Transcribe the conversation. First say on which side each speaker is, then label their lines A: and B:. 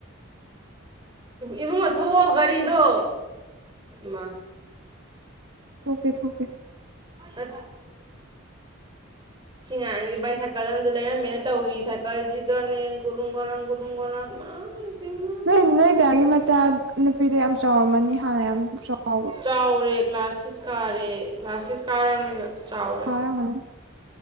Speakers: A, on the right; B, on the right.
A: ꯏꯃꯨꯡꯉ ꯊꯣꯛꯑꯣ ꯒꯥꯔꯤꯗꯣ ꯃꯥ
B: ꯊꯣꯛꯀꯦ ꯊ ꯊꯣꯛꯧꯀꯦ
A: ꯑ ꯉꯥꯏꯁꯤ ꯃꯥꯏ ꯁꯥꯏꯀꯜ ꯑꯃꯗ ꯂꯩꯅ ꯃꯅ ꯇꯧꯔꯤ ꯁꯥꯏꯀꯜꯁꯤꯒꯅꯦꯟ ꯒꯨꯔꯨꯝ ꯒꯔꯪꯨ ꯔꯨꯡꯒꯔꯥꯡ ꯃꯥꯏꯕꯃ
B: ꯅꯣꯏ ꯅꯣꯏꯗꯤꯒꯤ ꯃꯆꯥ ꯅꯨꯄꯤꯗ ꯌꯥꯝ ꯆꯥꯎꯔꯝꯃꯅꯤ ꯍꯥꯟꯅ ꯌꯥꯝ ꯆꯥꯎꯕ
A: ꯆꯥꯎꯔꯦ ꯀ꯭ꯂꯥꯁ ꯁꯤꯦꯁ ꯀꯥꯔꯦ ꯀ꯭ꯂꯥꯁ ꯁꯤꯦꯁ ꯀꯥꯔꯕꯅꯤꯅ ꯆꯥꯎꯔꯦ
B: ꯃꯥꯅꯦ